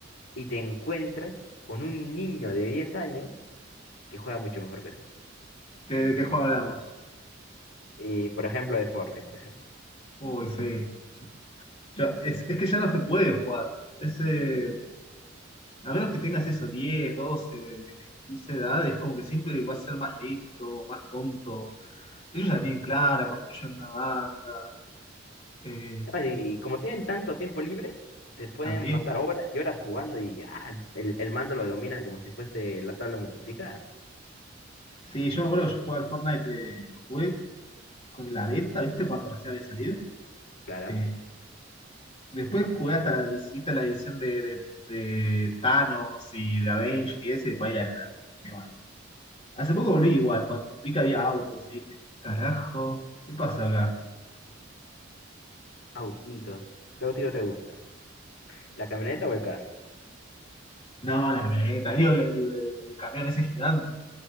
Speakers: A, on the left (about 65°); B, on the left (about 30°).
A: y te encuentras con un niño de 10 años que juega mucho mejor que tú.
B: ¿Qué- ¿De qué juego hablamos?
A: Y, por ejemplo, de Fortnite, por ejemplo.
B: Uy, sí. Ya- es, es que ya no se puede jugar. Es, eh, a menos que tengas eso, 10 12 15 edades, es como que siempre vas a ser más lento, más tonto. Ellos ya tienen clara, construyen una banda. Eh,
A: Ah, Y como tienen tanto tiempo libre, se pueden
B: también.
A: pasar horas y horas jugando y ya el, el mando lo dominan como si fuese la tabla de multiplicar.
B: Sí, yo me acuerdo que yo jugaba al Fortnite, eh, jugué con la beta, ¿viste? Cuando recién había salido.
A: Claro.
B: Eh, Después jugué hasta la, edi- viste la edición de, de- de Thanos y de Avengers y ese, para ahí la dejé, dije, "Bueno". Hace poco volví igual, cuando vi que había autos y dije, carajo, ¿qué pasó acá?
A: Autitos. ¿Qué autito te gusta? ¿La camioneta o el carro?
B: No, la camioneta, digo, el, el- el- el camión ese gigante.